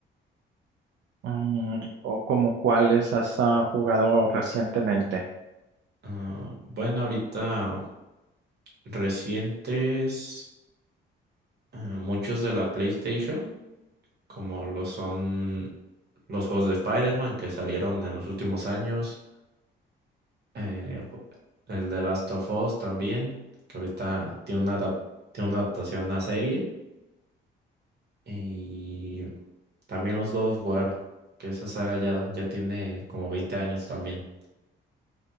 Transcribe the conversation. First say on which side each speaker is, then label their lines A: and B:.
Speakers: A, on the right; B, on the right.
A: Mm, ¿o como cuáles has ah, jugado recientemente?
B: Ah, bueno, ahorita recientes, ah, muchos de la PlayStation, como lo son los juegos de Spider-Man que salieron en los últimos años. eh, ju- el de Last of Us también, que ahorita tiene una, adap- tiene una adaptación a serie. Y también los God of War, que esa saga ya, ya tiene como 20 años también.